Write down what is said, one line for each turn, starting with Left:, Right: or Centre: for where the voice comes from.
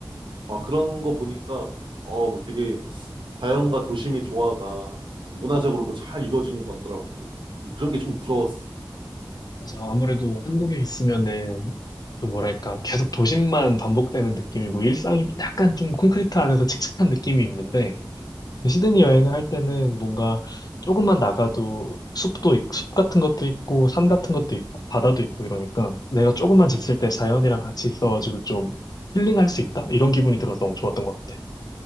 Right: 아, 그런 거 보니까, 어, 뭐 되게 자연과 도심의 조화가 문화적으로도 잘 이루어진 것 같더라고. 그- 그런 게 좀 부러웠어.
Left: 맞아. 아무래도 한국에 있으면은, 그 뭐랄까, 계속 도심만 반복되는 느낌이고, 일상이 약간 좀 콘크리트 안에서 칙칙한 느낌이 있는데, 그 시드니 여행을 할 때는 뭔가 조금만 나가도 숲도, 있- 숲 같은 것도 있고, 산 같은 것도 있고, 바다도 있고 이러니까, 내가 조금만 지칠 때 자연이랑 같이 있어가지고 좀 힐링할 수 있다? 이런 기분이 들어서 너무 좋았던 것 같아.